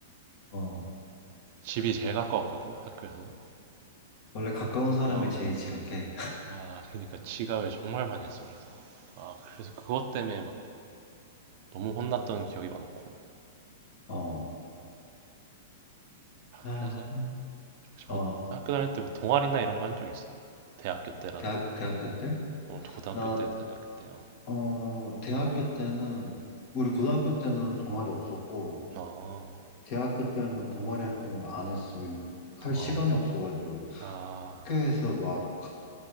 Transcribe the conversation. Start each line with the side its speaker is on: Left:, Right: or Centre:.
Left: 어,
Right: 집이 제일 가까웠거든, 학교에서.
Left: 원래 가까운 사람이
Right: 어,
Left: 제일 지각해.
Right: 아, 그러니까 지각을 정말 많이 했어, 그래서. 아, 그래서 그것 때문에 막 너무 혼났던 기억이 많고.
Left: 어, 아,
Right: 그래서 혹시
Left: 어.
Right: 뭐 학교 다닐 때 뭐 동아리나 이런 거 한 적 있어? 대학교 때라도?
Left: 대학, 대학교 때?
Right: 어, 고등학교
Left: 나,
Right: 때, 대학교 때요.
Left: 어, 대학교 때는, 우리 고등학교 때는 동아리 없었고,
Right: 어, 어,
Left: 대학교 때는 동아리 활동을 안 했어요. 할
Right: 어,
Left: 시간이
Right: 어.
Left: 없어가지고.
Right: 아,
Left: 학교에서 막